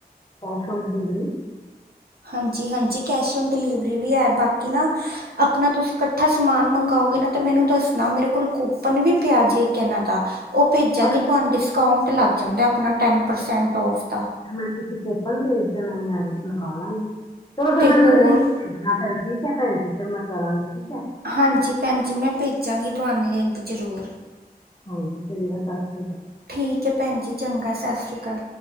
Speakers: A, on the left; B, on the right.
A: Cash on delivery.
B: ਹਾਂਜੀ, ਹਾਂਜੀ ਕੈਸ਼ ਔਨ ਡਿਲੀਵਰੀ ਵੀ ਹੈ ਬਾਕੀ ਨ ਆਪਣਾ ਤੁਸੀਂ ਇਕੱਠਾ ਸਮਾਨ ਮੰਗਵਾਓਗੇ ਨਾ ਤੇ ਮੈਨੂੰ ਦੱਸਣਾ, ਮੇਰੇ ਕੋਲ ਕੂਪਨ ਵੀ ਪਿਆ ਜੇ ਇਕ ਇਹਨਾਂ ਦਾ। ਉਹ ਭੇਜਾਂਗੇ
A: ਬਸ
B: ਤੁਹਾਨੂੰ ਡਿਸਕਾਊਂਟ ਲੱਗ ਜਾਂਦਾ ਆਪਣਾ ਟੈਨ ਪਰਸੈਂਟ ਔਫ ਦਾ।
A: ਫਿਰ ਮੈਨੂੰ ਤੁਸੀਂ ਕੂਪਨ ਭੇਜ ਦੇਣਾ ਮੈਂ ਲਗਾ ਲਾਗੀ। ਚਲੋ ਫਿਰ
B: ਤੇ
A: ਮੈਨੂੰ
B: ਹੋਰ
A: ਤੁਸੀਂ ਲਿੰਕ ਭੇਜਣਾ ਫੇਰ ਠੀਕ ਹੈ ਭੈਣ ਜੀ, ਫੇਰ ਮੈਂ ਕਰਾਂਗੀ ਠੀਕ ਹੈ।
B: ਹਾਂਜੀ ਭੈਣ ਜੀ, ਮੈਂ ਭੇਜਾਂਗੀ ਤੁਹਾਨੂੰ ਲਿੰਕ ਜ਼ਰੂਰ
A: ਹਾਂਜੀ ਚੰਗਾ ਸਤਿ ਸ੍ਰੀ ਅਕਾਲ।
B: ਠੀਕ ਹੈ ਭੈਣ ਜੀ, ਚੰਗਾ ਸਤਿ ਸ਼੍ਰੀ ਅਕਾਲ।